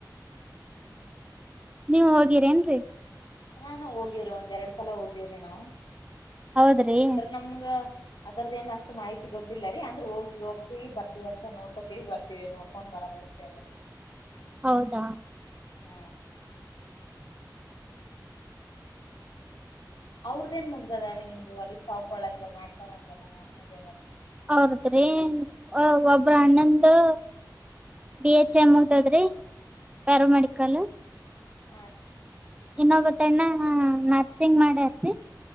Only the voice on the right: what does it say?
ನೀವು ಹೋಗಿರ ನ್ರಿ
ಹೌದ್ರಿ
ಹೌದಾ
ಅವ್ರಿದ್ರಿ ಔ ಒಬ್ ಪ್ರ ಅಣ್ಣಂಗೆ ಡಿ ಎಚ್ ಎಂ ಹಂತಿದ್ರಿ ಪ್ಯಾರಾಮೆಡಿಕಲ್ಲು
ಇನ್ನೊಬ್ಬತ್ತಣ್ಣಾ ನರ್ಸಿಂಗ್ ಮಾಡತ್ತಿ